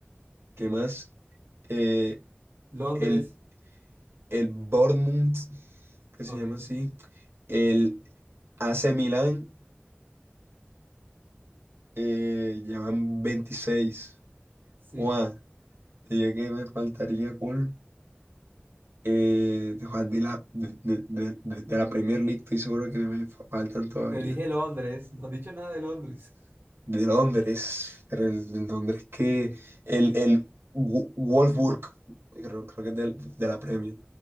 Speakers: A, on the right (about 85°); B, on the right (about 60°).
A: ¿qué más? Eh,
B: Londres.
A: el el Bournemouth, que se
B: oye,
A: llama
B: ¿no?
A: así, el AC Milan, eh, llevan 26.
B: Sí,
A: Juan, diría que me faltaría con eh, de, Juan, de la, de, de- de- de- de la Premier League, estoy seguro que me fa- faltan todavía.
B: te dije Londres. No has dicho nada de Londres.
A: De Londres, pero el, de Londres que el,
B: Tien-
A: el Wo- Wolfsburg, creo, creo que es del- de, la Premier.